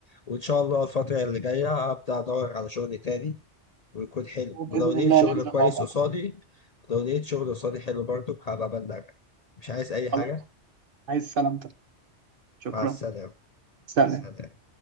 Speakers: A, on the left; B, on the right.
A: وإن شاء الله الفترة اللي جاية أبدأ أدور على شغل تاني ويكون حلو
B: وباذن
A: ولو لقيت
B: الله
A: شغل
B: ننزل
A: كويس
B: مع بعض
A: قصادي لو لقيت شغل قصادي حلو برضه هبقى أبلغك مش عايز أي حاجة
B: خلاص عايز سلامتك شكرا
A: مع السلامة
B: سلام
A: سلام